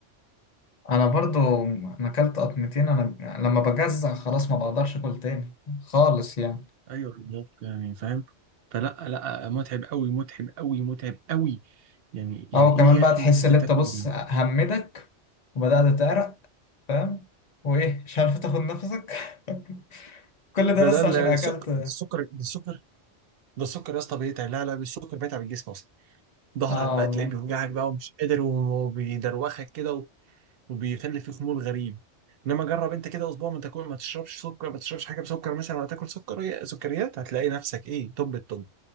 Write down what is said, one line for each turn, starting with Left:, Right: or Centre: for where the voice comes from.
Left: انا برضو انا اكلت قطمتين انا لما بجزع خلاص ما بقدرش اكل تاني خالص يعني
Right: ايوه بالظبط يعني فاهم فلا لا متعب قوي متعب قوي متعب قوي يعني
Left: او
Right: يعني
Left: كمان
Right: ايه يا
Left: بقى
Right: اخي
Left: تحس
Right: انت
Left: ان
Right: تاكل
Left: انت بص
Right: دي
Left: همدك وبدات تعرق فاهم وايه مش عارف تاخد نفسك <laughs> كل ده
Right: ده
Left: بس
Right: ده
Left: عشان اكلت
Right: السكر السكر ده السكر ده السكر يا اسطى بيتعب لا لا السكر بيتعب الجسم اصلا ظهرك
Left: اه
Right: بقى
Left: والله
Right: تلاقيه بيوجعك بقى ومش قادر وبيدروخك كده و- وبيخلي فيه خمول غريب انما جرب انت كده اسبوع ما تاكل ما تشربش سكر ما تشربش حاجه بسكر مثلا ولا تاكل سكر سكريات هتلاقي نفسك ايه طب الطب